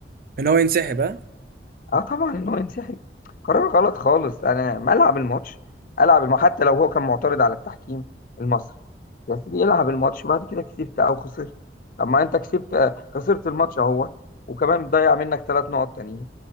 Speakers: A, on the right (about 50°); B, on the left (about 50°).
A: ان هو ينسحب ها
B: اه طبعا ان هو ينسحب قرار غلط خالص انا ما العب الماتش العب الم... حتى لو هو كان معترض على التحكيم المصري يا سيدي العب الماتش بعد كده كسبت او خسرت طب ما انت كسبت آه، خسرت الماتش اهو وكمان ضيع منك ثلاث نقط تانيين